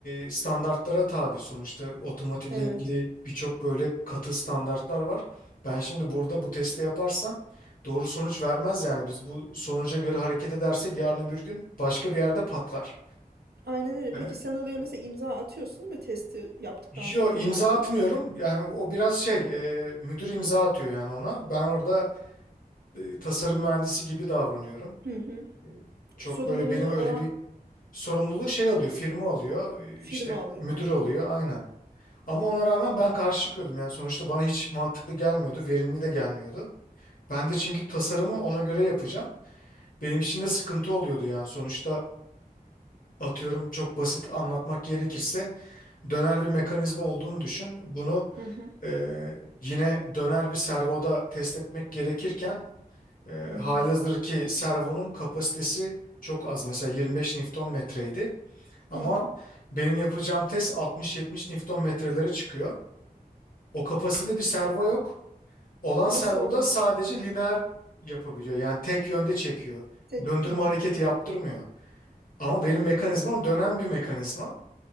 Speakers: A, on the left; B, on the right.
A: e, standartlara tabi sonuçta otomotivle
B: Evet.
A: ilgili birçok böyle katı standartlar var. Ben şimdi burada bu testi yaparsam doğru sonuç vermez yani biz bu sonuca göre hareket edersek yarın öbür gün başka bir yerde patlar.
B: Aynen öyle.
A: Ve
B: Peki sen oraya mesela imza atıyorsun değil mi? Testi yaptıktan
A: yo
B: sonra onaylayıp.
A: imza atmıyorum yani o biraz şey e, müdür imza atıyor yani ona ben orada e, tasarım mühendisi gibi davranıyorum.
B: Hı hı.
A: E, Çok
B: Sorumluluğunu
A: böyle benim öyle
B: alan
A: bir sorumluluğu şey alıyor firma alıyor e,
B: firma
A: işte
B: alıyor
A: müdür
B: anladım.
A: alıyor aynen. Ama ona rağmen ben karşı çıkıyordum yani sonuçta bana hiç mantıklı gelmiyordu, verimli de gelmiyordu. Ben de çünkü tasarımı ona göre yapacağım. Benim için de sıkıntı oluyordu yani sonuçta atıyorum çok basit anlatmak gerekirse döner bir mekanizma olduğunu düşün. Bunu
B: Hı hı.
A: e, yine döner bir servoda test etmek gerekirken e,
B: Hı
A: halihazır
B: hı.
A: ki servonun kapasitesi çok az mesela 25 Newton metreydi. Ama
B: Hı hı.
A: benim yapacağım test 60-70 Newton metrelere çıkıyor. O kapasitede bir servo yok. Olan
B: Nasıl
A: servoda
B: o zaman?
A: sadece lineer yapabiliyor. Yani tek yönde çekiyor.
B: Tek.
A: Döndürme
B: Hı.
A: hareketi yaptırmıyor. Ama benim mekanizmam dönen bir mekanizma.